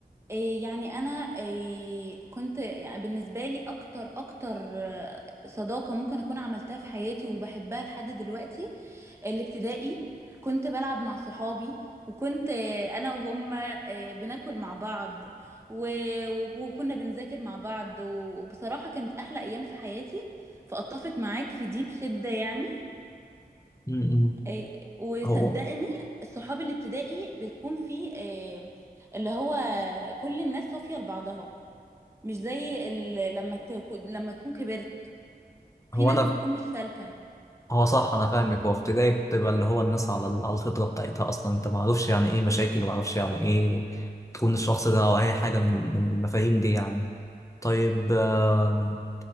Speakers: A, on the right (about 15°); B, on the left (about 20°).
A: إيه يعني انا إيه كنت يعني بالنسبة لي اكتر اكتر آه، صداقة ممكن اكون عملتها في حياتي وبحبها لحد دلوقتي الابتدائي كنت بلعب مع صحابي وكنت آه، انا وهم آه، بناكل مع بعض و... و- وكنا بنذاكر مع بعض و- وبصراحة كانت احلى ايام في حياتي فاتفق معاك في دي بشدة يعني
B: م-م.
A: آه، وصدقني
B: هو
A: صحاب الابتدائي بيكون في آه، اللي هو كل الناس صافية لبعضها مش زي ال... لما ت... لما تكون كبرت في
B: هو
A: ناس
B: انا
A: بتكون مش سالكة
B: هو صح انا فاهمك هو في ابتدائي بتبقى اللي هو الناس على على الفطره بتاعتها اصلا انت ما عارفش يعني ايه مشاكل وما عارفش يعني ايه تكون الشخص ده او اي حاجه من من المفاهيم دي يعني طيب آم،